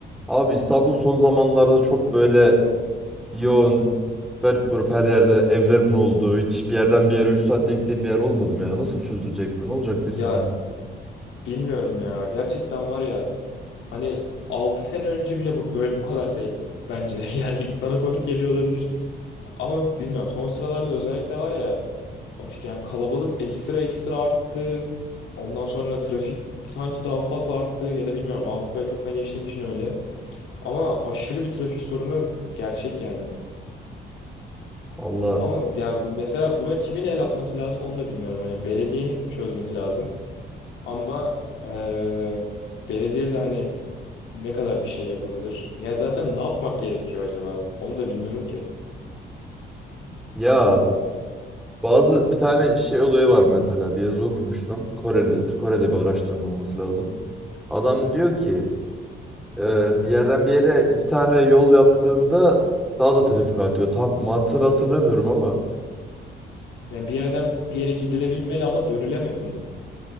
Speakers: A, in the centre; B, on the left.
A: Abi İstanbul son zamanlarda çok böyle yoğun, garip grup her yerde evlerin olduğu, hiç bir yerden bir yere 3 saatte gittiğim bir yer olmadım ya. Nasıl çözülecek bu? Ne olacak bu İstanbul'un
B: Ya
A: hali?
B: bilmiyorum ya. Gerçekten var ya. Hani 6 sene önce bile bu böyle bu kadar değildi bence. <laughs> Yani sana komik geliyor olabilir. Ama bilmiyorum son sıralarda özellikle var ya hoş yani kalabalık ekstra ekstra arttı. Ondan sonra trafik sanki daha fazla arttı ya da bilmiyorum Avrupa yakasına geçtiğim için öyle. Ama aşırı bir trafik sorunu gerçek yani.
A: Valla
B: Ama ya mesela buna kimin el atması lazım onu da bilmiyorum. Hani belediyenin çözmesi lazım. Ama eee belediye de hani Ne kadar bir şey yapabilir? Ya zaten ne yapmak gerekiyor acaba? Onu da bilmiyorum ki.
A: ya bazı bir tane şey olayı var mesela bir yazı okumuştum. Kore'de, Kore'de bir araştırma olması lazım. Adam diyor ki e, bir yerden bir yere iki tane yol yaptığında daha da trafik artıyor. Tam mantığını hatırlamıyorum ama.
B: Ya bir yerden bir yere gidilebilmeli ama dönülememeli mi?